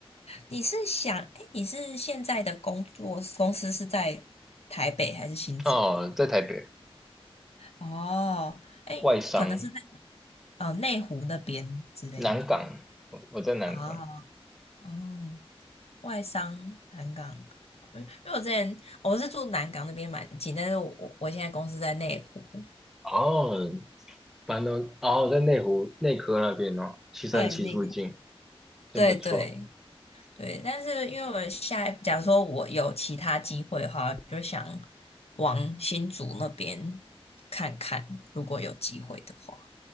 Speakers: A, on the left; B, in the centre.
A: 你是想，哎，你是现在的工作公司是在台北还是新竹？
B: 哦，在台北
A: 哦，哎，
B: 外商
A: 可能是在呃内湖那边之类的吧。
B: 南港，我我在南港。
A: 哦。哦，外商南港，因为我之前我是住南港那边蛮近，但是我我我现在公司在内湖，
B: 哦，板东哦，在内湖内科那边哦，七三七附近，
A: 对，那个，
B: 真不错。
A: 对对对，但是因为我下一，假如说我有其他机会的话，就想往新竹那边看看，如果有机会的话。